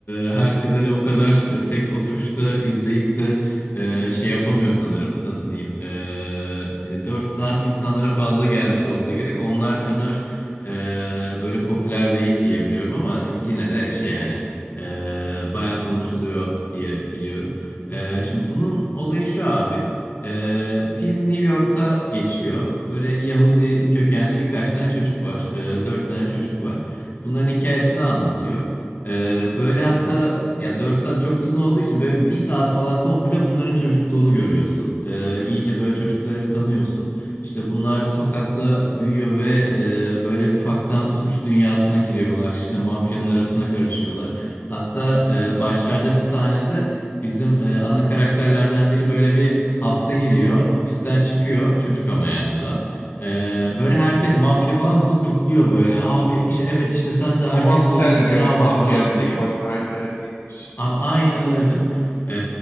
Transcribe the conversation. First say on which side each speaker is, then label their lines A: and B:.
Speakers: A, on the left; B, on the left.
A: e, herkes hani o kadar e, tek oturuşta izleyip de e, şey yapamıyor sanırım nasıl diyeyim Ee, hani 4 saat insanlara fazla gelmiş olsa gerek onlar kadar e, böyle popüler değil diye biliyorum ama yine de şey hani e, bayağı konuşuluyor diye biliyorum. Ee, şimdi bunun olayı şu abi. Ee, film New York'ta geçiyor. Böyle Yahudi kökenli birkaç tane çocuk var. Ee, dört tane çocuk var. Bunların hikayesini anlatıyor. Ee, böyle hatta ya 4 saat çok uzun olduğu için böyle bir saat falan komple bunların çocukluğunu görüyorsun. Ee, iyice böyle çocukları bir tanıyorsun. İşte bunlar sokakta büyüyor ve e, böyle ufaktan suç dünyasına giriyorlar. İşte mafyanın arasına karışıyorlar. Hatta e, başlarda bir sahnede Bizim e, ana karakterlerden biri böyle bir hapse giriyor. Hapisten çıkıyor. Çocuk ama yani da. E, böyle herkes mafya falan bunu kutluyor böyle. Abi iş evet işte sen de erkek
B: Thomas
A: oldun
B: Shelby,
A: bravo
B: Mafya,
A: falan
B: Sigma
A: diye.
B: gibi. Aynen evet iyiymiş.
A: Abi aynen öyle. Ee,